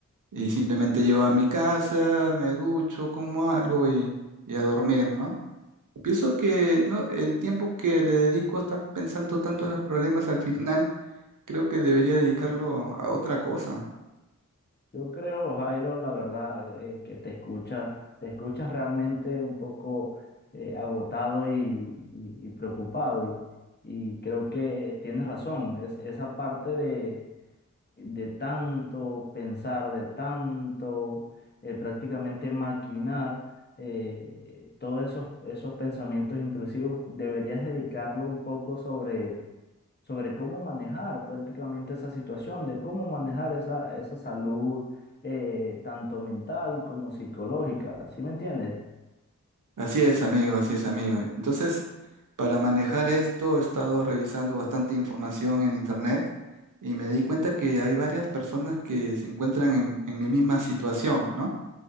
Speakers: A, on the right (about 70°); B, on the left (about 30°).
A: Y simplemente llego a mi casa, me ducho, como algo y, y a dormir, ¿no? Pienso que no, el tiempo que le dedico a estar pensando tanto en los problemas al final, creo que debería dedicarlo a otra cosa.
B: Yo creo, Jairo, la verdad, eh, que te escuchas, te escuchas realmente un poco eh, agotado y, y- y preocupado. Y, y creo que tienes razón, es esa parte de, de tanto pensar, de tanto eh, prácticamente maquinar eh, todos esos, esos pensamientos intrusivos, deberías dedicarlo un poco sobre sobre cómo manejar prácticamente esa situación, de cómo manejar esa, esa salud eh, tanto mental como psicológica, ¿sí me entiendes?
A: Así es, amigo, así es, amigo. Entonces, para manejar esto, he estado revisando bastante información en internet y me di cuenta que hay varias personas que se encuentran en, en mi misma situación, ¿no?